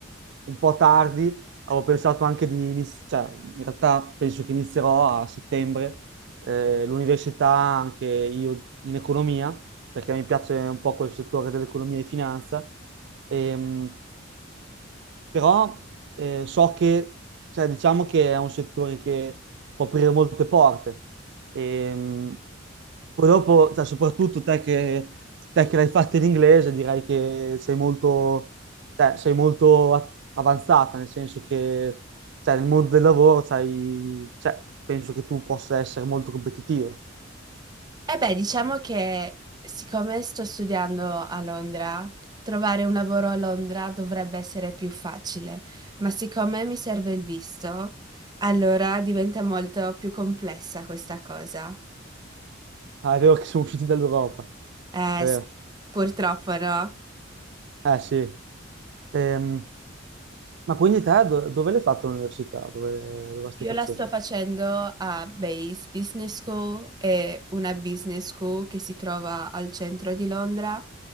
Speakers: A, on the right; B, on the right.
A: un po' tardi, avevo pensato anche di iniziare, cioè in realtà penso che inizierò a settembre eh, l'università anche io in economia perché mi piace un po' quel settore dell'economia e finanza, Ehm, però eh, so che, cioè, diciamo che è un settore che può aprire molte porte. Ehm, poi dopo, cioè, soprattutto te che, te che l'hai fatta in inglese, direi che sei molto, cioè, sei molto a- avanzata, nel senso che cioè, nel mondo del lavoro c'hai- cioè, penso che tu possa essere molto competitiva.
B: Eh beh, diciamo che siccome sto studiando a Londra, trovare un lavoro a Londra dovrebbe essere più facile, ma siccome mi serve il visto, allora diventa molto più complessa questa cosa.
A: Ah, è vero che siamo usciti dall'Europa,
B: Eh
A: è vero.
B: sì, purtroppo no.
A: Eh sì. Ehm, ma quindi te do- dove l'hai fatto l'università? Dove, dove la stai
B: Io
A: facendo?
B: la sto facendo a Base Business School, è una business school che si trova al centro di Londra